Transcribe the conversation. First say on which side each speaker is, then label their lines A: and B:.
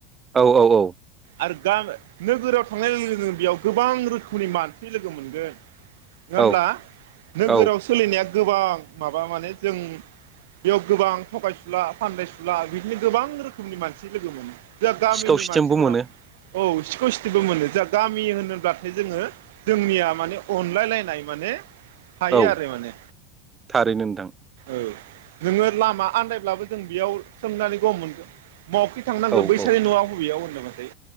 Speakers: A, on the right; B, on the right.
A: औ औ औ।
B: आरो गा नोगोराव थांनाय लोगो लोगो बेयाव गोबां रोखोमनि मानसि लोगो मोनगोन नङा
A: औ
B: होमब्ला नोगोराव
A: औ
B: सोलिनाया गोबां माबा माने जों बेयाव गोबां थगायसुला फानदायसुला बिदिनो गोबां रोखोमनि मानसि लोगो मोनो। जा गामिनि
A: सिखाव सिथेमबो
B: मानसिफोरा
A: मोनो
B: औ सिखौ सिथथिबो मोनो जा गामि होनोब्लाथाय जोङो जोंनिया माने अनलायलायनाय माने थायो
A: औ
B: आरो माने
A: थारैनो नोंथां।
B: औ नोङो लामा आन्दायब्लाबो जों बेयाव सोंनानै गम मोनगोन। बहाखै थांनांगौ
A: औ
B: बैसानि
A: औ
B: न'आ हबेयाव होन ओमफ्राय